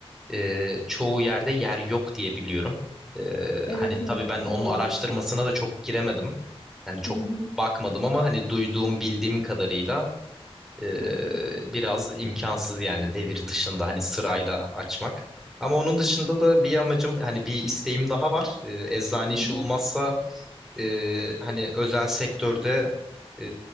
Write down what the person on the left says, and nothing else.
Evet
evet
doğrudur.
Hı hı.
Hı hı.
Hı
hı,